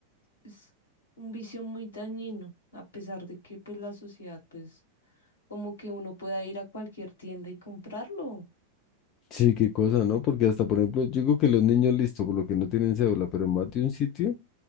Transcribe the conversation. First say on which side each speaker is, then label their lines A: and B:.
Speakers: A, on the left; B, on the left.
A: Es un vicio muy dañino, a pesar de que pues la sociedad, pues, como que uno pueda ir a cualquier tienda y comprarlo.
B: Sí, qué cosa, ¿no? Porque hasta, por ejemplo, yo digo que los niños, listo, por lo que no tienen cédula, pero en más de un sitio,